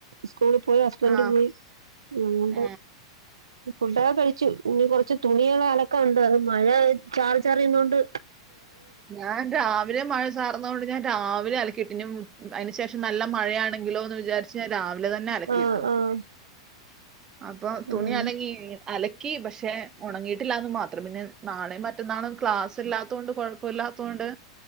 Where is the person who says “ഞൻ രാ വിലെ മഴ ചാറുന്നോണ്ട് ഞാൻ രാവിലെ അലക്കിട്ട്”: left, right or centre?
Right